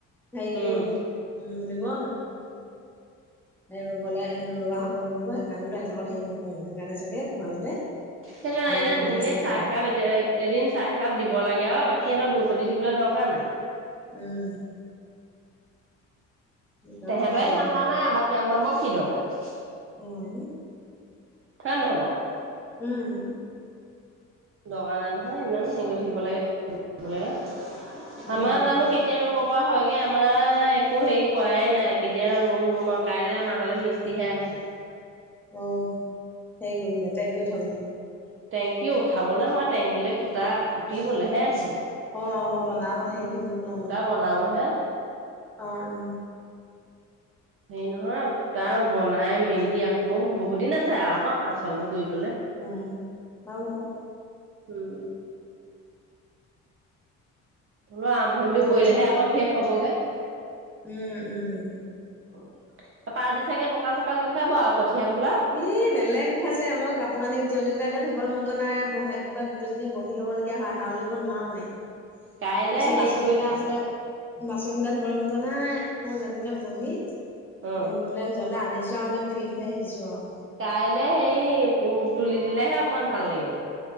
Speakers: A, in the centre; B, on the right (about 40°).
A: হেৰি
B: উম
A: উম বুলিব <unintelligible> ৰুবলৈ ৰোৱা হ'ব বুল সেইকাৰণে বোলে সিহঁত হেৰি নকৰো সেইকাৰণে চাগে ভয়তে।
B: সেই
A: আমাৰ
B: এদ
A: ভয়তে
B: এনেই
A: চাগে
B: চাহ
A: নাই
B: একাকাপ এতিয়া এদিন চাহ একাকাপ দিব লাগে অ, বাকী সহতক গো দেখিবলৈ দৰকাৰ নাই।
A: উম কি কাৰো
B: তেহেতৰে
A: কৈ থাকিব
B: ধান্দা নাই আৰু বাকী আমাৰ বৰ কি দৰকাৰ
A: উম
B: হ নহব
A: উম
B: দৰকাৰ নাই নহয় ইমান হেৰি কৰি থাকিব লাগে লাগে।
A: উম
B: আমাৰ জানো কেতিয়া ৰব হয়গে আমাৰ একো হেৰি কৰাে নাই কেতিয়া ৰুম - ৰুম আৰু কাইলৈ আমাৰ ঘৰলৈ মিস্ত্ৰীহে আহি <inaudible>
A: অ হেৰি কৰিলে টেংকি উঠাবলে <unintelligible>
B: টেংকি উঠাব নহয় টেংকীে খুটা ফুটিবলেহে আহিব <unintelligible>
A: অ অ বনাব সেইখ ল অ
B: খুটা বনাবহে
A: অ <unintelligible>
B: হেৰি নহয় ফুটা বনাই মেলি আকৌ বহুত দিন আছে আৰু আচলটো ঘূৰি
A: উ ম ব <unintelligible>
B: উম বোলো আৰম্ভণিটো
A: তাৰপিছত
B: কৰিলেহে আকৌ শেষ হবগে।
A: উম - উম।
B: উ তাৰাপা আজি চাগে কঁকাল চকাল বিষাব আৰু কঠিয়টো
A: ইহ, বেলেগ বিষাইছে মই কাপোৰ কানি জীয়নীকেইটাকে ধুবৰ মন জনাই ব কিবা গোটেইজনী বহি লবলগীয়া হয় হাউলিব নোৱাৰোৱেই।
B: কাইলে
A: তাৰপিছত
B: হেৰি
A: বাচনকেইতা
B: কৰি
A: আছিলে বাচন কেইটা ধুবৰ মন যোৱা নাই আৌ যেন তেনে বহি
B: অ
A: ধুই পেলাই উ জ্বলে আনিছো <unintelligible> যাওনে ফিৰ হৈ। আহিছো আৰু
B: কাইলে সেই তুলি দিলেহে অকমান ভাল লাগিব।